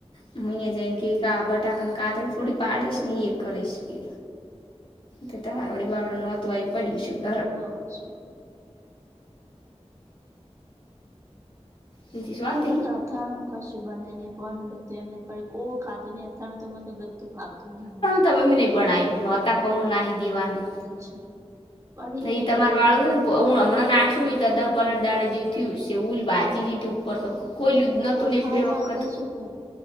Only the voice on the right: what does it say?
હા શ
હું અથાણું કશું બનાાય નહીંનું બધું એમને પડે કો ખાધું નહી અથાણું તો મ તો ફાલતું નહીંમાને
શું પડી હે
તે
યાર
પણ
કોઈ
ખાય
ના પ શું કરે